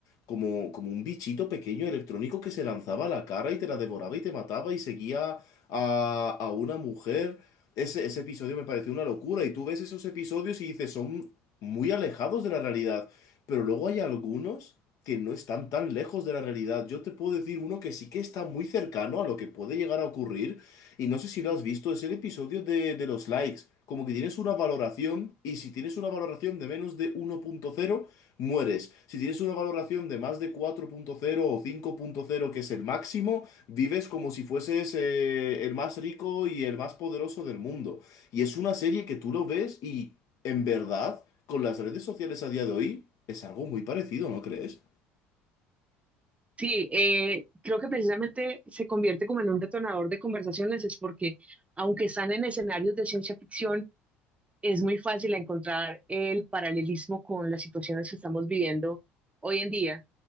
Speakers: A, on the left; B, on the right.
A: como, como un bichito pequeño electrónico que se lanzaba a la cara y te la devoraba y te mataba y seguía a, a una mujer. Ese, ese episodio me pareció una locura. Y tú ves esos episodios y dices, son muy alejados de la realidad. Pero luego hay algunos que no están tan lejos de la realidad. Yo te puedo decir uno que sí que está muy cercano a lo que puede llegar a ocurrir, y no sé si lo has visto, es el episodio de, de los likes. Como que tienes una valoración, y si tienes una valoración de menos de uno punto cero mueres. Si tienes una valoración de más de cuatro punto cero o cinco punto cero que es el máximo, vives como si fueses eh, el más rico y el más poderoso del mundo. Y es una serie que tú lo ves y, en verdad, con las redes sociales a día de hoy, es algo muy parecido, ¿no crees?
B: Sí, eh, creo que precisamente se convierte como en un detonador de conversaciones, es porque aunque están en escenarios de ciencia ficción, es muy fácil encontrar el paralelismo con las situaciones que estamos viviendo hoy en día.